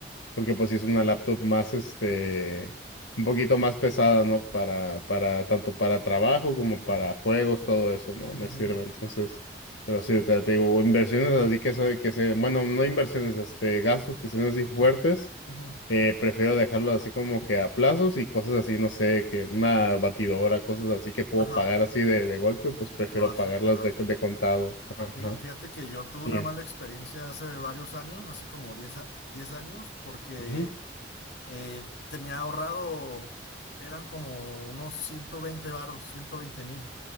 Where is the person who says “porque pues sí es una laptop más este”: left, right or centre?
Left